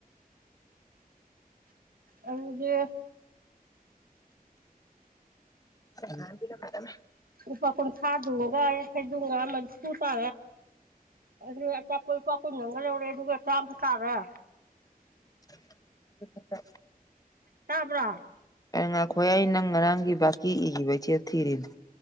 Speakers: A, on the right (about 70°); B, on the left (about 25°).
A: ꯑꯗꯨꯒꯤ
B: ꯉꯗ ꯃꯥ ꯇꯃꯦ
A: ꯎꯄꯥꯥꯈꯣꯟ ꯁꯥꯗꯨꯡꯒ ꯌꯥꯈꯥꯏꯗꯨꯡꯒ ꯁꯨ ꯇꯦ ꯑꯗꯨ ꯆ ꯀꯣꯏ ꯄ ꯀꯨ ꯅꯪꯒ ꯂꯧꯔꯦ ꯑꯗꯨꯒ ꯆꯥꯝ ꯇꯥꯗ
B: ꯑꯗꯨꯠꯇ
A: ꯇꯥꯕ꯭ꯔ
B: ꯑ ꯉꯈꯣꯏ ꯑꯩ ꯅꯪ ꯉꯔꯥꯡꯒꯤ ꯕꯥꯀꯤ ꯏꯈꯤꯕ ꯏꯆꯦ ꯊꯤꯔꯤꯅꯦ